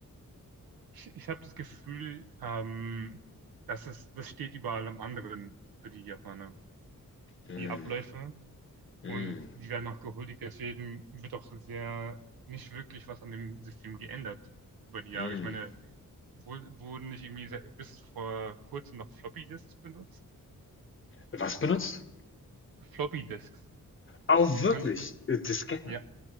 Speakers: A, on the right; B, on the left.
A: ich, ich habe das Gefühl, ähm, das ist, das steht überall am anderen für die Japaner.
B: Hm,
A: Die Abläufe,
B: hm,
A: und die werden auch gehuldigt. Deswegen wird auch sehr nicht wirklich was an dem System geändert über die Jahre.
B: hm.
A: Ich meine, wo, wurden nicht irgendwie se- bis vor kurzem noch Floppy-Disks benutzt?
B: Was benutzt?
A: Floppy-Disks.
B: Oh,
A: Diese
B: wirklich?
A: ganz alten.
B: Äh, Disketten.
A: Ja,